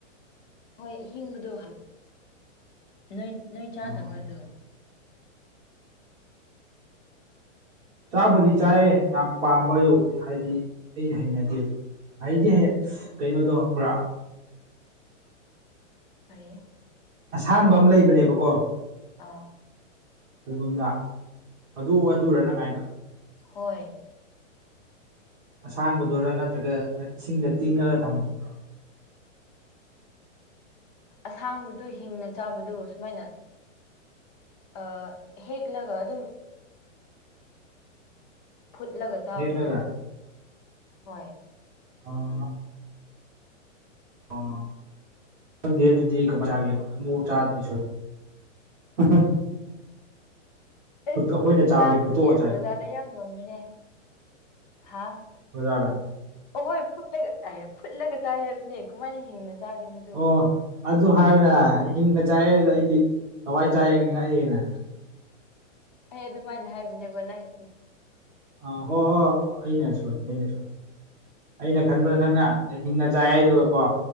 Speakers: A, on the left; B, on the right.
A: ꯍꯣꯏ ꯑꯍꯤꯡꯕꯗꯣ ꯅꯣꯏ ꯅꯣꯏ ꯆꯥꯗꯕ꯭ꯔꯥ
B: ꯑꯣ
A: ꯗꯨ
B: ꯆꯥꯕꯨꯗꯤ ꯆꯥꯏꯌꯦ ꯌꯥꯝ ꯄꯥꯝꯕ ꯌꯧꯗꯦ ꯍꯥꯏꯗꯤ ꯑꯩ ꯍꯩꯅꯗꯦꯕ ꯍꯩꯗꯤ ꯍꯩꯌꯦ ꯀꯩꯅꯣꯗꯣ ꯄꯨꯔꯥ
A: ꯐꯩꯌꯦ
B: ꯑꯁꯥꯡꯕ ꯑꯃ ꯂꯩꯕꯅꯦꯕꯀꯣ
A: ꯑꯥ
B: ꯁꯣꯏꯕꯨꯝꯗ ꯑꯗꯨ ꯑꯗꯨꯔꯥ ꯅꯪ ꯍꯥꯏꯗꯣ
A: ꯍꯣꯏ
B: ꯑꯁꯥꯡꯕꯗꯨꯔꯥ ꯅꯠꯇ꯭ꯔꯒ ꯏꯁꯤꯡꯗ ꯇꯤꯡꯉꯒ ꯊꯝꯕꯗꯨꯔꯥ
A: ꯑꯁꯥꯡꯕꯗꯣ ꯍꯤꯡꯅ ꯆꯥꯕꯗꯨ ꯁꯨꯃꯥꯏꯅ ꯑꯥ ꯍꯦꯛꯂꯒ ꯑꯗꯨꯝ ꯐꯨꯠꯂꯒ ꯆꯥꯕꯗꯣ
B: ꯍꯦꯛꯂꯒ
A: ꯍꯣꯏ
B: ꯑꯣ ꯑꯣ ꯈꯪꯗꯦ ꯑꯗꯨꯗꯤ ꯀꯃꯥꯏ ꯆꯥꯒꯦꯕ ꯑꯃꯨꯛ ꯆꯥꯗ꯭ꯔꯤ ꯑꯩꯁꯨ <unintelligible>
A: ꯏꯁ
B: ꯐꯨꯠ ꯑꯩꯈꯣꯏꯅ ꯆꯥꯕꯗꯤ
A: ꯆꯥꯒꯅꯤ
B: ꯐꯨꯠꯇꯣꯛꯑ ꯆꯥꯏ
A: ꯕꯖꯥꯔꯗ ꯌꯥꯝ ꯌꯣꯟꯕꯅꯦ ꯍꯥ
B: ꯕꯖꯥꯔꯗ
A: ꯑꯣꯍꯣꯏ ꯐꯨꯠꯂꯒ ꯑꯥꯏ ꯐꯨꯠꯂꯒ ꯆꯥꯏ ꯍꯥꯏꯕꯅꯦ ꯀꯃꯥꯏꯅ ꯍꯤꯡꯅ ꯆꯥꯒꯅꯤꯗꯨ
B: ꯑꯣ ꯑꯗꯨ ꯍꯥꯏꯑꯣꯅ ꯍꯤꯡꯅ ꯆꯥꯏ ꯍꯥꯏꯗꯨꯗ ꯑꯩꯗꯤ ꯀꯃꯥꯏ ꯆꯥꯏ ꯉꯛꯏꯅ
A: ꯑꯩ ꯑꯗꯨꯃꯥꯏꯅ ꯍꯥꯏꯕꯅꯦꯕ ꯅꯪ
B: ꯑ ꯍꯣ ꯍꯣ ꯑꯩꯅ ꯁ‌ꯣꯏꯕꯅ‌ꯦ ꯑꯩꯅ ꯁ‌ꯣꯏꯕꯅ‌ꯦ ꯑꯩꯅ ꯈꯟꯕꯅ ꯅꯪꯅ ꯍꯤꯡꯅ ꯆꯥꯏ ꯍꯥꯏꯗꯨꯀꯣ